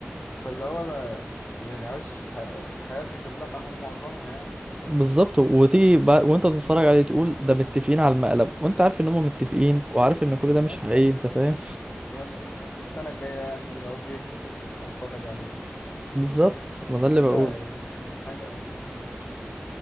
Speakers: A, on the left; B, on the right.
A: فاللي هو انا يعني عايش ح- حياتي كلها <laughs> او معظمها يعني
B: بالظبط وتيجي بقى وانت بتتفرج عليه تقول ده متفقين على المقلب وانت عارف ان هم متفقين
A: مم.
B: وعارف ان كل ده مش
A: ايوه
B: حقيقي انت فاهم
A: وانا وأنا السنة الجاية يعني لو اوكي <laughs> واتفرج عليه برضه
B: بالظبط ما ده اللي بقوله
A: لا يعني حاجة حاجة أساسية